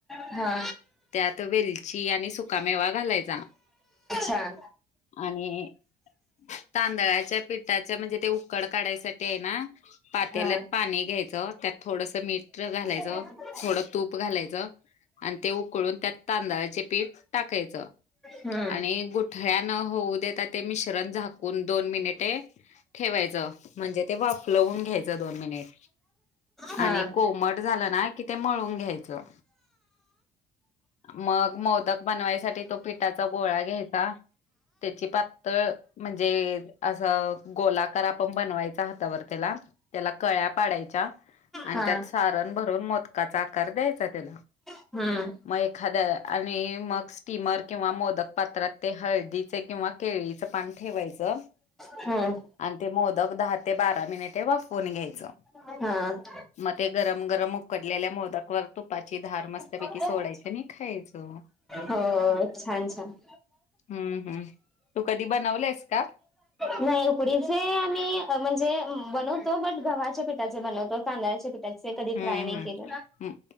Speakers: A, in the centre; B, on the left (about 45°).
A: हा
B: त्यात वेलची आणि सुकामेवा घालायचा.
A: हां.
B: आणि तांदळाच्या पिठाच्या म्हणजे ते उकड काढायसाठी आहे ना पातेल्यात
A: हा
B: पाणी घ्यायचं त्यात थोडस मीठ घालायचं.
A: <inaudible>
B: थोडं तूप घालायचं आणि ते उकळून त्यात तांदळाचे पीठ टाकायचं.
A: हम्म
B: आणि गुठळ्या न होऊ देता ते मिश्रण झाकून दोन मिनिटे ठेवायचं म्हणजे ते वाफलवून घ्यायचं दोन मिनिट.
A: हा.
B: आणि कोमट झालं ना कि ते मळून घ्यायचं. मग मोदक बनवायसाठी तो पिठाचा गोळा घ्यायचा त्याची पातळ म्हणजे असं गोलाकार आपण बनवायचा हातावर त्याला त्याला कळ्या पाडायच्या आणि
A: हा
B: त्यात सारण भरून मो- काचा आकार द्यायचा त्याला.
A: हम्म.
B: मग एखाद्या आणि मग स्टीमर किंवा मोदक पात्रात ते हळदीचे किंवा केळीचं पान ठेवायचं.
A: हम्म.
B: आणि ते मोदक दहा ते बारा मिनिटे वाफवुन घ्यायचं.
A: हम्म.
B: मग ते गरम गरम ऊ लेल्या मोदकवर तुपाची धार मस्तपैकी
A: हा
B: सोडायचं नाही खायचं.
A: हो छान छान.
B: हम्म हम्म तू कधी बनवलेस <inaudible>
A: नाही उकडीचे आम्ही म्हणजे बनवतो बट गव्हाच्या पिठाचे बनवतो तांदळाचे पिठाचे चे कधी
B: हम्म
A: ट्राय नाही
B: हम्म
A: केल.
B: म-